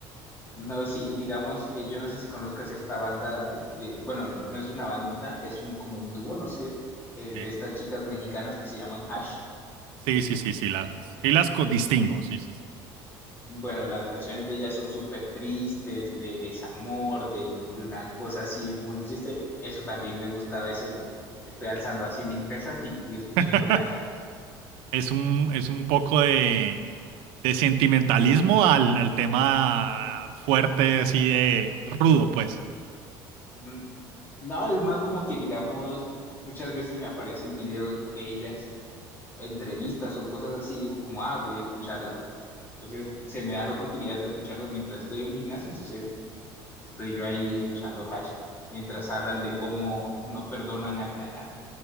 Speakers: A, on the left (about 25°); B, on the right (about 70°).
A: No, sí, y digamos, eh, yo no sé si conozcas esta banda de, de- bueno, no es una banda, es un como un dúo, no sé, eh,
B: Eh,
A: de estas chicas mexicanas que se llaman Hash.
B: sí, sí, sí, sí, las, sí las co- distingo, sí, sí, sí.
A: Bueno, las canciones de ellas son súper tristes, de desamor, de, no- de una cosa así muy triste. Eso también me gusta, a veces me- estoy alzando así mis pesas y, y escuchando
B: <laughs>
A: Hash.
B: Es un, es un poco de, de sentimentalismo al, al tema fuerte, así de rudo, pues.
A: Mm, No, es más como que, digamos, muchas veces me aparecen videos de ellas, entrevistas o cosas así, digo como, ah, voy a escucharlas. Entonces se me da la oportunidad de escucharlos mientras estoy en el gimnasio, entonces estoy yo ahí escuchando Hash, mientras hablan de cómo no perdonan al, a-